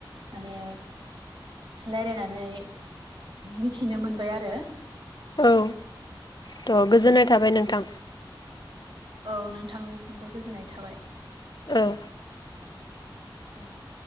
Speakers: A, on the right (about 65°); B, on the left (about 55°).
A: माने रायलायनानै मिथिनो मोनबाय आरो
B: औ थ' गोजोननाय थाबाय नोंथां
A: औ नोंथांनिसिमबो गोजोननाय थाबाय
B: औ
A: औे